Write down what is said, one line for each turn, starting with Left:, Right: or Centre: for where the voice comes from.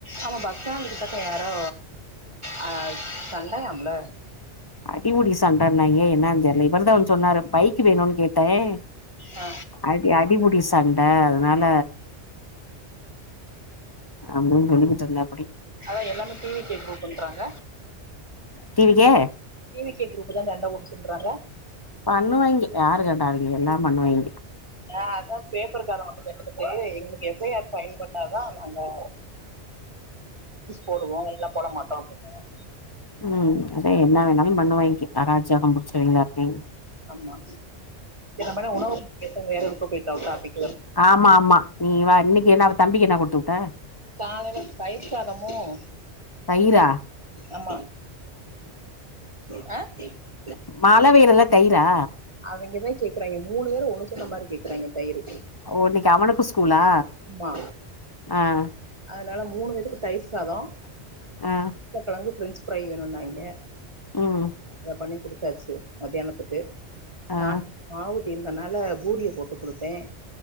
Right: ஆமா பஸ் ஸ்டாண்டு கிட்டக்க யாரோ ஹ சண்டையாம்ல
Left: அடி புடி சண்டைனாங்கே என்ன தெரியல இவரு தா சொன்னாரு பைக் வேணும்னு கேட்டேன்
Right: ஆ
Left: அடி அடிபுடி சண்ட அதனால அப்டின்னு சொல்லிக்கிட்டு இருந்தேன்
Right: அதான் எல்லாமே டி. வி. கே குரூப்ண்றாங்க
Left: T. V. K
Right: T. V. K group தான் சண்ட போட்டுச்சின்றாங்க
Left: பண்ணுவாய்ங்க யாரு கண்டா அவேங்க எல்லாம் பண்ணுவாங்க
Right: ஹ அதான் பேப்பர் கார வந்து கேட்டதுக்கு எங்களுக்கு எப். ஐ. ஆர் பைல் பண்ணாதா நாங்க போடுவோம் இல்ல போட மாட்டோம் அப்டின்னும்
Left: உம் அதே என்ன வேணாலும் பண்ணுவாங்கே அராஜகம் புடிச்சவங்களா இருக்கேங்கலே
Right: ஆமா நம்மளாம் உணவு வேற இருக்க போயி டாபிக்
Left: ஆமா ஆமா நீ வா இன்னிக்கு ஏனா தம்பிக்கு என்னா கொடுத்து விட்டா
Right: காலையில தயிர் சாதமும்
Left: தயிரா
Right: ஆமா ஹ
Left: மழை பெய்து தையிரு ரா
Right: அவெங்கதான் கேக்குறங்க மூணு பேரும் ஒன்னு சேந்த மாதிரி கேக்குறங்க தயிறு
Left: ஓ இன்னைக்கு அவனுக்கு ஸ்கூலா
Right: ஆமா
Left: ஆ
Right: அதனால மூணு பேத்துக்கு தயிர் சாதம்
Left: ஆ
Right: உருளைகிழங்கு பிரெஞ்சு ப்ரைய் வேணும் நாங்க
Left: ம்
Right: அத பண்ணி குடுக்க செரி மத்தியானத்துக்கு
Left: ஆ
Right: கா மாவு தீந்தனால பூரிய போட்டு கொடுத்தேன்